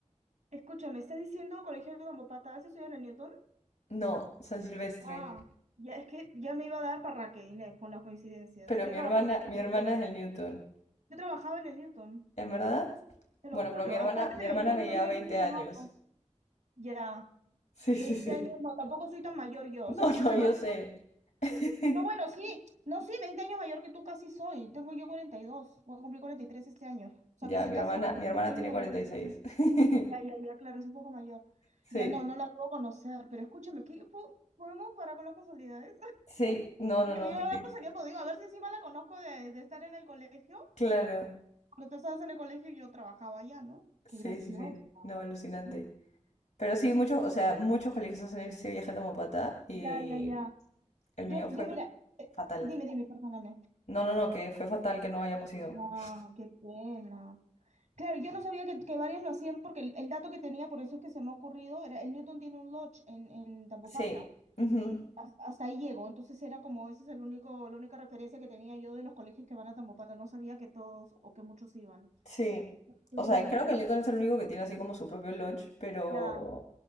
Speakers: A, on the right (about 80°); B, on the left (about 75°).
A: Escúchame, ¿estás diciendo colegio de Zambopata? ¿Has estudiado en el Newton?
B: no, San Silvestre,
A: Ah, ya es que ya me iba a dar para que Inés con las coincidencias.
B: pero
A: Yo
B: mi
A: trabajaba
B: hermana, mi
A: en
B: hermana
A: el Newton.
B: es el Newton,
A: Yo trabajaba en el Newton,
B: ¿en verdad?
A: te lo
B: Bueno,
A: juro.
B: pero mi hermana,
A: Hasta antes
B: mi
A: de
B: hermana
A: venir,
B: me
A: yo
B: lleva
A: mira
B: 20
A: que yo trabajo.
B: años,
A: Ya,
B: sí,
A: 20
B: sí, sí,
A: años, no, tampoco soy tan mayor
B: <laughs>
A: yo.
B: no,
A: O sea,
B: no,
A: yo trabajo.
B: yo sé. <laughs>
A: No, bueno, sí, no, sí, 20 años mayor que tú casi soy. Tengo yo 42. voy a cumplir 43 este año. O sea,
B: Ya,
A: que sí,
B: mi
A: casi
B: hermana,
A: casi
B: mi hermana
A: 20
B: tiene
A: años mayor
B: cuarenta
A: que tú
B: y seis
A: soy.
B: <laughs>
A: Ya, ya, ya, claro, es un poco mayor.
B: Sí,
A: Ya, no, no la puedo conocer, pero escúchame, ¿qué po- podemos parar con las casualidades?
B: sí, no, no,
A: que
B: no,
A: me iba a
B: y-
A: dar no sé qué, pues digo, a ver si encima la conozco de, de estar en el colegio,
B: claro,
A: cuando tú estabas en el colegio yo trabajaba allá, ¿no?
B: sí,
A: Qué gracioso.
B: sí, sí, no, alucinante.
A: Ya,
B: Pero sí, muchos, o sea, muchos colegios hacen ese viaje a Tomopata y
A: ya, ya.
B: el
A: Yo,
B: mío fue
A: yo, mira, eh,
B: fatal.
A: dime, dime, perdóname.
B: No, no, no, que fue fatal que no hayamos ido.
A: Wow, qué pena. Claro, yo no sabía que, que varios lo hacían porque el, el dato que tenía, por eso es que se me ha ocurrido, era el Newton tiene un lodge en, en Tambopata.
B: Sí, ujú,
A: Has- Hasta ahí llego, entonces era como, ese es el único, la única referencia que tenía yo de los colegios que van a Tambopata, no sabía que todos o que muchos iban.
B: sí.
A: Qué
B: O
A: bien,
B: sea, creo que Lytton es el único que tiene así como su propio lodge, pero,
A: ya.